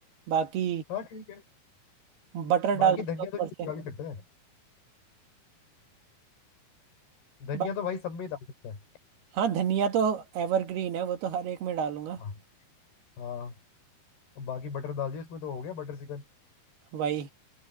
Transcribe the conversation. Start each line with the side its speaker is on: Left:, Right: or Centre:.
Right: बाकी
Left: हाँ ठीक है
Right: बटर
Left: बाकी
Right: डाल दूंगा
Left: धनिया
Right: ऊपर
Left: तो
Right: से
Left: डाल ही सकते हैं धनिया
Right: बस
Left: तो भाई सब में ही डाल सकता है
Right: हाँ धनिया तो एवरग्रीन है वो तो हर एक में डालूंगा
Left: हाँ हाँ, अब बाकी बटर डाल दिया उसमें तो हो गया बटर चिकन
Right: वही